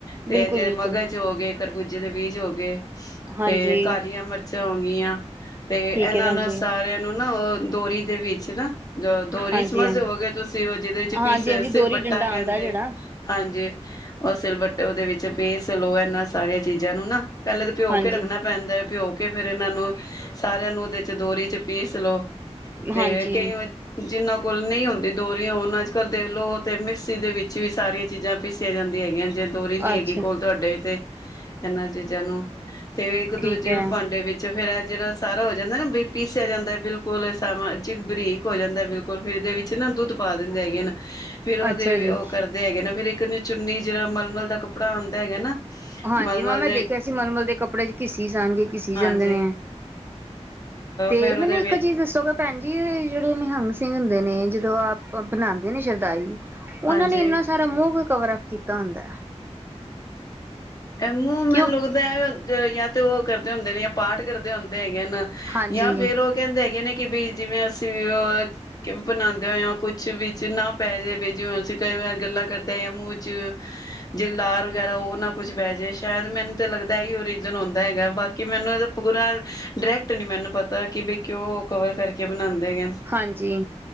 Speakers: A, on the left; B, on the right.
A: ਤੇ
B: ਬਿਲਕੁਲ,
A: ਜੇ
B: ਬਿਲਕੁਲ
A: ਮਗਜ਼ ਹੋਗੇ, ਖਰਬੂਜੇ ਦੇ ਬੀਜ ਹੋ ਗਏ
B: ਹਾਂਜੀ
A: ਤੇ, ਕਾਲੀਆਂ ਮਰਚਾਂ ਹੋਗੀਆਂ। ਤੇ,
B: ਠੀਕ
A: ਇਹਨਾਂ
B: ਹੈ ਭੈਣ
A: ਨੂੰ
B: ਜੀ
A: ਸਾਰਿਆਂ ਨੂੰ ਨਾ, ਉਹ ਦੋਰੀ ਦੇ ਵਿੱਚ ਨਾ ਜੋ ਦੋਰੀ
B: ਹਾਂਜੀ
A: ਸਮਝਦੇ
B: ਹਾਂਜੀ
A: ਹੋਗੇ ਤੁਸੀਂ, ਉਹ ਜਿਹਦੇ'ਚ
B: ਹਾਂਜੀ
A: ਪੀਸ,
B: ਹਾਂਜੀ ਦੋਹਰੀ
A: ਸੀਲਬੱਟਾ
B: ਡੰਡਾ
A: ਕਹਿੰਦੇ
B: ਆਉਂਦਾ ਜਿਹੜਾ
A: ਹਾਂਜੀ। ਉਹ ਸਿਲਬੱਟੇ ਉਹਦੇ ਵਿੱਚ ਪੀਸਲੋ ਇਹਨਾਂ ਸਾਰੀਆਂ ਚੀਜ਼ਾਂ ਨੂੰ ਨਾ, ਪਹਿਲੇ ਤਾਂ ਭਿੰਓਂਕੇ
B: ਹਾਂਜੀ
A: ਰੱਖਣਾ ਪੈਂਦਾ ਏ, ਭਿੰਓਕੇ ਫੇਰ ਇਹਨਾਂ ਨੂੰ, ਸਾਰਿਆਂ ਨੂੰ ਉਹਦੇ'ਚ ਦੋਰੀ'ਚ ਪੀਸਲੋ। ਤੇ
B: ਹਾਂਜੀ
A: ਕਈਆਂ, ਜਿੰਨਾਂ ਕੋਲ ਨਹੀਂ ਹੁੰਦੀ ਦੋਰੀਆਂ ਉਹਨਾਂ'ਚ ਅੱਜ-ਕੱਲ ਦੇਖਲੋ, ਤੇ ਮਿਕਸੀ ਦੇ ਵਿੱਚ ਵੀ ਸਾਰੀਆਂ ਚੀਜ਼ਾਂ ਪੀਸੀਆਂ ਜਾਂਦੀਆਂ ਹੈਗੀਆਂ, ਜੇ ਦੋਰੀ ਨੀ ਹੈਗੀ
B: ਅੱਛਾ
A: ਕੋਲ ਤੁਹਾਡੇ ਤੇ ਇਹਨਾਂ ਚੀਜ਼ਾਂ ਨੂੰ, ਤੇ ਇੱਕ-ਦੂਜੇ
B: ਠੀਕ ਹੈ
A: ਭਾਂਡੇ ਵਿੱਚ 'ਚ ਫਿਰ ਜਿਹੜਾ ਸਾਰਾ ਹੋ ਜਾਂਦਾ ਨਾ, ਬੀ ਪੀਸਿਆ ਜਾਂਦਾ, ਬਿਲਕੁਲ ਸਾਂ ਜ ਬਰੀਕ ਹੋ ਜਾਂਦਾ ਬਿਲਕੁਲ, ਫਿਰ ਇਹਦੇ ਵਿੱਚ ਨਾ ਦੁੱਧ ਪਾ ਦਿੰਦੇ ਹੈਗੇਨ। ਫਿਰ ਉਹਦੇ,
B: ਅੱਛਾ ਜੀ
A: ਉਹ ਕਰਦੇ ਹੈਗੇ ਨਾ, ਫਿਰ ਇੱਕ ਚੁੰਨੀ ਜਿਹੜਾ ਮਲਮਲ ਦਾ ਕੱਪੜਾ ਆਂਦਾ ਹੈਗਾ ਨਾ
B: ਹਾਂਜੀ,
A: ਮਲਮਲ
B: ਮੈਂ, ਮੈਂ
A: ਦੇ
B: ਦੇਖਿਆ ਸੀ ਮਲਮਲ ਦੇ ਕੱਪੜੇ'ਚ ਘਿੱਸੀ ਜਾਣਗੇ, ਘਿੱਸੀ
A: ਹਾਂਜੀ
B: ਜਾਂਦੇ ਨੇ। ਤੇ,
A: ਫੇਰ
B: ਮੈਨੂੰ
A: ਉਹਦੇ
B: ਇੱਕ
A: ਵਿੱਚ
B: ਚੀਜ਼ ਦੱਸੋਗੇ ਭੈਣ ਜੀ, ਜਿਹੜੇ ਨਿਹੰਗ ਸਿੰਘ ਹੁੰਦੇ ਨੇ, ਜਦੋਂ ਆਪ ਬਣਾਂਦੇ ਨੇ ਸ਼ਰਦਾਈ ਉਹਨਾਂ
A: ਹਾਂਜੀ
B: ਨੇ ਇੰਨਾ ਸਾਰਾ, ਮੂੰਹ ਕਿਉਂ ਕਵਰ-ਅਪ ਕੀਤਾ ਹੁੰਦਾ?
A: ਐ, ਮੂੰਹ ਮੈਨੂੰ
B: ਕਿ ਉਹ
A: ਲੱਗਦਾ ਵੀ ਯਾ, ਤੇ ਉਹ ਕਰਦੇ ਹੁੰਦੇ ਨੇ, ਯਾ ਪਾਠ ਕਰਦੇ ਹੁੰਦੇ ਹੈਗੇ ਹਨ।
B: ਹਾਂਜੀ
A: ਯਾ ਫਿਰ ਉਹ ਕਹਿੰਦੇ ਹੈਗੇ ਨੇ, ਕਿ ਬਈ ਜਿਵੇਂ ਅਸੀਂ ਅਹ ਕਿ ਬਣਾਉਂਦੇ ਹੋਇਆਂ ਕੁਛ ਵਿੱਚ ਨਾ ਪੈ ਜਾਵੇ, ਜਿਵੇਂ ਅਸੀਂ ਕਈ ਵਾਰ ਗੱਲਾਂ ਕਰਦੇ ਮੂੰਹ'ਚ ਜੇ ਲਾਰ ਵਗੈਰਾ, ਉਹ ਨਾ ਕੁਛ ਪੈਜੇ, ਸ਼ਾਇਦ ਮੈਨੂੰ ਤਾਂ ਲੱਗਦਾ ਹੀ ਏਹੀਓ ਰੀਜਨ ਹੁੰਂਦਾ ਹੈਗਾ, ਬਾਕੀ ਮੈਨੂੰ ਇਹਦਾ ਪੂਰਾ ਡਾਇਰੈਕਟ ਨਹੀਂ ਮੈਨੂੰ ਪਤਾ, ਕਿ ਵੀ ਕਿਉਂ ਕਵਰ ਕਰਕੇ ਬਣਾਉਂਦੇ ਹੈਗੇਨ।
B: ਹਾਂਜੀ,